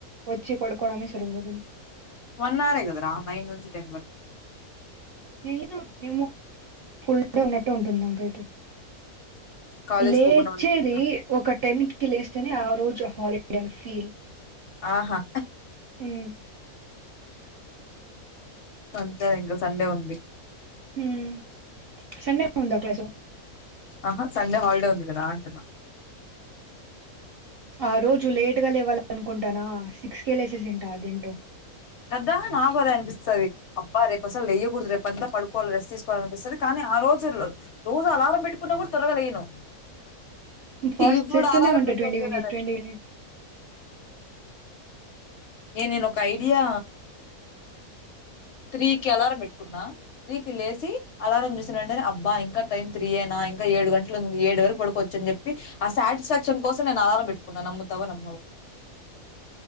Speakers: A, on the right; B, on the left.
A: వచ్చి కొడుకోవడమే సరిపోతుంది.
B: వన్ అవర్ కదరా నైన్ నుంచి టెన్ వరకు
A: ఏయినా ఏమో ఫుల్ డే ఉన్నట్టు ఉంటుందింకైతే
B: కాలేజ్
A: లేచేది
B: పోకుండా ఉంటే
A: ఒక టెన్ కి లేస్ ఆ రోజు హాలడండ్ ఫీల్
B: ఆహా
A: హ్మ్మ్
B: సంతర ఇంకా సండే ఉంది
A: హ్మ్ సండే ఉందా క్లాసు
B: ఆహా సండే హాల్డే ఉంది కదా అంటునా
A: ఆ రోజు లేటుగా లేవాల అనుకుంటానా సిక్స్ కే లేసెస్ ఏంటా అదేంటో
B: కద్ద నాకు అదే అనిపిస్తుంది అబ్బ రేపు అసలు లెయ్యకూడదు రేపు అంత పడుకోవాలి రెస్ట్ తీసుకోవాలి అనిపిస్తుంది కానీ ఆ రోజు రోజు అలారం పెట్టుకున్న కూడా తోరగా లేయను
A: ఫాస్ట్
B: ఇప్పుడు
A: చేస్తూనే
B: ఆధారం
A: ఉంటా
B: పెట్టుపోనడ
A: ట్వంటీ మినిట్స్ ట్వంటీ మినిట్స్
B: నేను నేను కై ఇడియా త్రీకి అలారం పెట్టుకున్నా త్రీకిి లేసి అలారం చూసినంటే అబ్బా టైమ్ త్రీ ఎనా ఇంకా ఏడు గంటలలు ఏడు వరకు పడకోవచ్చ అని చెప్పి ఆ సాటిస్ఫాక్షన్ కోసం నేను అలారం పెట్టున్నాను తవనమ్మ